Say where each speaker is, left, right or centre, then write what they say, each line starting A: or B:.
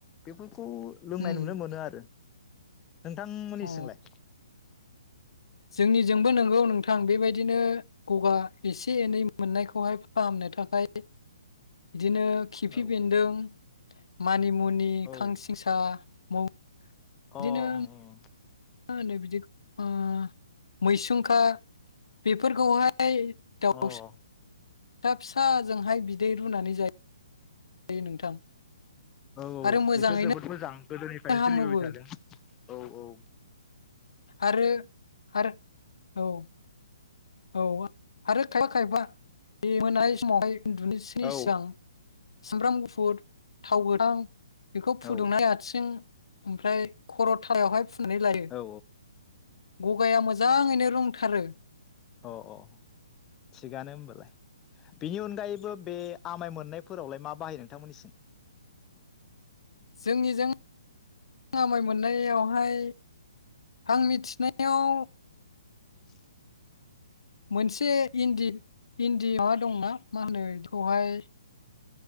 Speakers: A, on the left; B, on the left.
A: बेफोर खौ लोंनाय
B: उम
A: नुनो मोनो आरो। नोंथांमोननि
B: अ
A: चिंलाय?
B: जोंनिजोंबो नोंगौ नोंथां बेबायदिनो गगा एसे एनै मोननायखौहाय फाहामनो थाखाय दिनो खिफि
A: औ
B: बेन्दों मानिमु नि
A: औ
B: खांसिंसा मौ बिदिनो
A: अ ओं ओं।
B: मा होनो बिदि आ मैसुंखा बेफोरखौहाय
A: अ
B: <unintelligible>
A: औ
B: दा फिसाजोंहाय बिदै रुनानै जायो नोंथां
A: औ औ।
B: आरो मोजाङैनो
A: बेथ जोबोद मोजां गोदोनिफायनो
B: हामोबो।
A: सोलिबोबाय थादों। औ औ
B: आरो आरो औ औ आरो खायफा खायफा बे मोनाय समावहाय उन्दुनोसोनि
A: औ
B: सिगां सामब्राम गुफुर थाव गोथां बेखौ फुदुंना
A: औ
B: लाथिजों ओमफ्राय खर थावाहाय फु नानै लायो
A: औ
B: गगाया मोजाङैनो रोंथारो
A: अ अ थिगानो होमबालाय बेनि अनगायैबो बे आमाय मोननायफोरावलाय मा बाहायो नोंथांमोननिसिम
B: जोंनिजों आमाय मोननायावहाय आं मिथिनायाव
A: <inaudible>
B: मोनसे इन्दि इन्दि माबा दंना मा होनो बेखौहाय